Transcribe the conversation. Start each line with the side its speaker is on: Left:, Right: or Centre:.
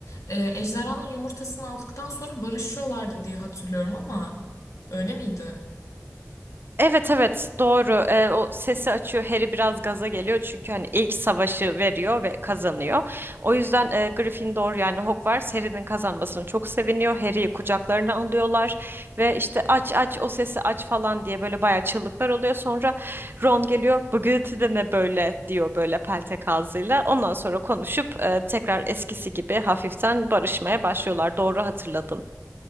Left: e, ejderhanın yumurtasını aldıktan sonra barışıyorlardı diye hatırlıyorum ama öyle miydi?
Right: Evet evet doğru. Ee, o sesi açıyor. Harry biraz gaza geliyor çünkü hani ilk savaşı veriyor ve kazanıyor. O yüzden e, Gryffindor yani Hogwarts Harry'nin kazanmasına çok seviniyor. Harry'yi kucaklarına alıyorlar ve işte aç aç o sesi aç falan diye böyle bayağı çığlıklar oluyor. Sonra Ron geliyor. Bu gürültü de ne böyle diyor böyle peltek ağzıyla. Ondan sonra konuşup e, tekrar eskisi gibi hafiften barışmaya başlıyorlar. Doğru hatırladın.